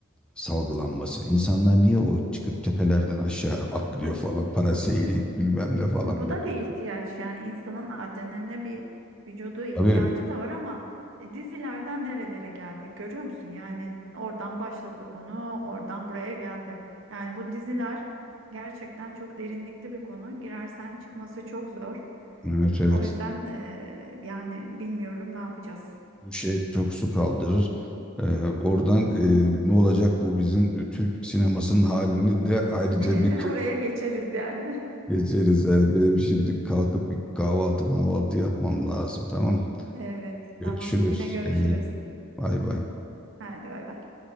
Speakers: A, in the centre; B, on the right (about 65°).
A: salgılanması. İnsanlar niye o çıkıp tepelerden aşağı atlıyor falan, paraseylik bilmem ne falan
B: Bu
A: böyle.
B: da bir ihtiyaç yani insanın adrenaline bir vücudu ihtiyacı
A: Tabii,
B: da var ama e, dizilerden nerelere geldik görüyor musun? Yani oradan başladık onu oradan buraya geldi. Yani bu diziler gerçekten çok derinlikli bir konu. Girersen çıkması çok zor.
A: evet evet.
B: O yüzden eee, yani bilmiyorum ne yapacağız.
A: Bu şey çok su kaldırır. Ee, oradan e, ne olacak bu bizim Türk sinemasının halini de ayrıca
B: <laughs>
A: bir
B: Oraya geçeriz yani.
A: <laughs>
B: <laughs>
A: geçeriz. Yani benim şimdi kalkıp bir kahvaltı mahvaltı yapmam lazım tamam.
B: Evet,
A: Görüşürüz.
B: tamam. Yine görüşürüz.
A: Kendin. Bay bay.
B: Hadi bay bay.